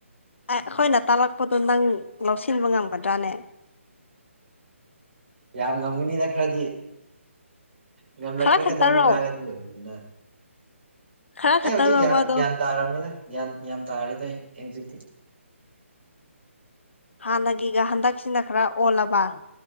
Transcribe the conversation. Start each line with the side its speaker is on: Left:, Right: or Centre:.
Left: ꯑꯩꯈꯣꯏꯅ ꯇꯥꯛꯂꯛꯄꯗꯣ ꯅꯪ ꯂꯧꯁꯤꯟꯕ ꯉꯝꯒꯗ꯭ꯔꯥꯅꯦ
Right: ꯌꯥꯝ ꯉꯝꯒꯅꯤꯅ ꯈꯔꯗꯤ ꯉꯝꯂꯛꯇ꯭ꯔꯒꯅ
Left: ꯈꯔ ꯈꯛꯇꯔꯣ
Right: ꯑꯃꯨꯛ ꯉꯥꯡꯉꯗꯤ ꯂꯣꯏꯌꯦꯗꯅ
Left: ꯈꯔ
Right: ꯑꯦ
Left: ꯈꯛꯇꯔꯣꯕ
Right: ꯍꯧꯖꯤꯛ
Left: ꯑꯗꯣ
Right: ꯒ꯭ꯌꯥꯟ ꯇꯥꯔꯝꯃꯤꯅ ꯒ꯭ꯌꯥꯟ ꯭ꯌꯥ ꯇꯥꯔꯤꯗ ꯑꯩ ꯍꯧꯖꯤꯛꯇꯤ
Left: ꯍꯥꯟꯅꯒꯤꯒ ꯍꯟꯗꯛꯁꯤꯅ ꯈꯔ ꯑꯣꯜꯂꯕ